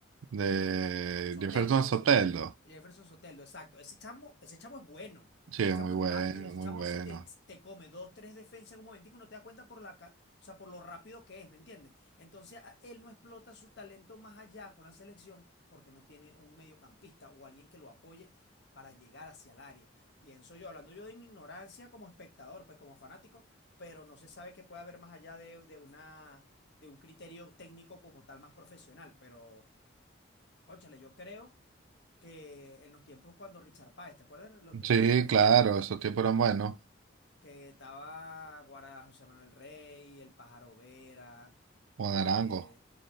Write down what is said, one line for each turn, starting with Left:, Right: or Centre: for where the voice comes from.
Right: de
Left: Soteldo,
Right: Jefferson
Left: de
Right: Soteldo.
Left: Soteldo. Jefferson Soteldo, exacto. Ese chamo, ese chamo es bueno.
Right: Sí,
Left: Ese
Right: es
Left: chamo
Right: muy bueno,
Left: es rápido. Ese
Right: muy
Left: chamo
Right: bueno.
Left: se te, te come dos, tres defensas en un momentico y no te das cuenta por la, ca- o sea, por lo rápido que es, ¿me entiendes? Entonces, a- él no explota su talento más allá con la selección porque no tiene un mediocampista o alguien que lo apoye para llegar hacia el área. Pienso yo, hablando yo de mi ignorancia como espectador, pues como fanático, pero no se sabe qué puede haber más allá de, de una, de un criterio técnico como tal más profesional. Pero, óchale, yo creo que en los tiempos cuando Richard Páez, ¿te acuerdas de los tiempos
Right: Sí,
Left: de Richard
Right: claro,
Left: Páez en Aguara?
Right: esos tipos eran buenos.
Left: Que estaba Guara José Manuel Rey, el Pájaro Vera,
Right: Juan
Left: eh,
Right: Arango,